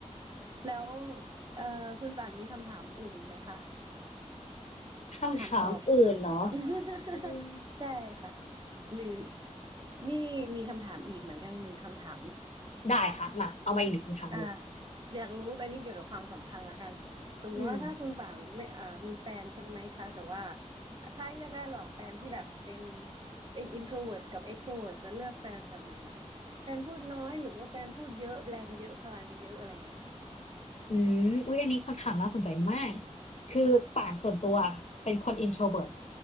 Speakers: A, on the right (about 35°); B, on the left (about 65°).
A: แล้วเอ่อคุณป่านมีคำถามอื่นอีกไหมคะ
B: คำถามอื่นเหรอ
A: ถามตอบ <laughs>
B: อืม
A: ใช่ค่ะหรือนี่มีคำถามอีกเหมือนกันหนึ่งคำถาม
B: ได้ค่ะมาเอามาอีกหนึ่งคำถามเลย
A: อ่าอยากรู้อันนี้เกี่ยวกับความสัมพันธ์ละกันสมมุติว่าถ้าคุณป่านไม่อ่ามีแฟนใช่ไหมคะแต่ว่า
B: อืม
A: ถ้าให้เลือกได้ระหว่างแฟนที่แบบเป็นเป็น introvert กับ extrovert จะเลือกแฟนแบบไหนล่ะคะแฟนพูดน้อยหรือว่าแฟนพูดเยอะแรงเยอะพลังเยอะอะไรเงี้ยค่ะ
B: อืมอุ้ยอันนี้คำถามน่าสนใจมากคือป่านส่วนตัวเป็นคน introvert